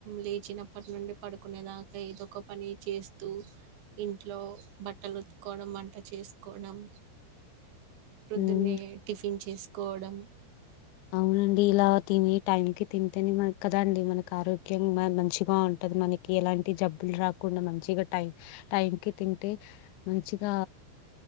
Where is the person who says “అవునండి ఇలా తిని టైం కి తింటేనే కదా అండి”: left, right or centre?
Left